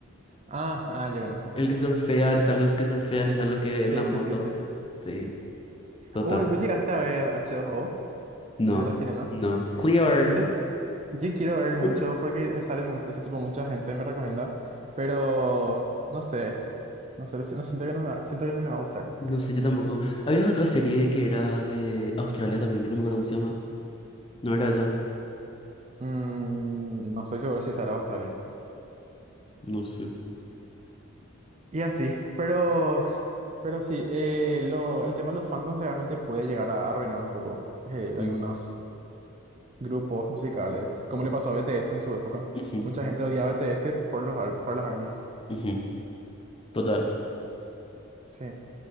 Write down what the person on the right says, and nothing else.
Ah, ah, ya conozco.
Sí,
sí, sí, sí.
Uy, vos llegaste a ver H2O,
el de las sirenas.
Yo, yo quiero ver mucho
porque me salen mucho, o sea, tipo, mucha gente me recomienda, pero no sé, no sé, no siento que no me va, siento que no me va a gustar.
Mm, no estoy seguro si será Australia.
Y así, pero, pero sí, eh, lo, el tema de los fandoms realmente puede llegar a arruinar un poco eh,
algunos grupos musicales, como le pasó a BTS en su época.
Mucha gente odiaba a BTS por los, ar- por las ARMYs.
Sí.